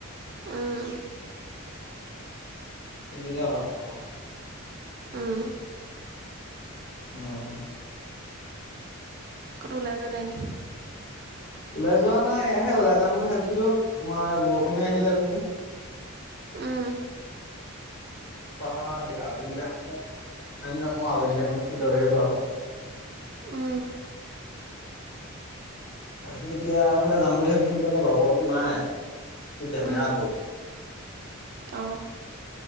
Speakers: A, on the right; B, on the left.
A: উম।
B: লীলা ঘৰত ৰাতিপুৱা সাঁচটো
A: উম।
B: অহ
A: কতো ওলাই যোৱা নাই নি?
B: ওলাই যোৱা নাই এয়াহে ওলাই যাম বুলি ভাবিছিলো। তোমাৰ বৰষুণে আহিলে উথনি।
A: উম।
B: পহা দে আবিলি টাইম আমি নপহো আবেলি টাইমত। সিদ্ধ ভাগে যোৱা হয়।
A: উ।
B: বাকী এতিয়া এফালে যাম বুলি ভাবিছিলো, তাৰপৰা লগৰটো নাই। সি কেমেৰা
A: উম
B: গ'ল।
A: অহ।